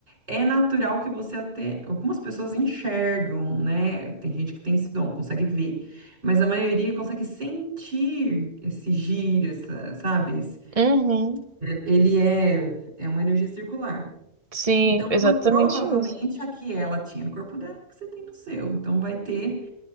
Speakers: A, on the right; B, on the right.
A: É natural que você até. Algumas pessoas enxergam, né? Tem gente que tem esse dom, consegue ver. Mas a maioria consegue sentir esse giro, essa, sabe? Esse-
B: Uhum.
A: Ele é, é uma energia circular.
B: Sim,
A: Então,
B: exatamente
A: por- provavelmente
B: isso.
A: a que ela tinha no corpo dela, que você tem no seu. Então, vai ter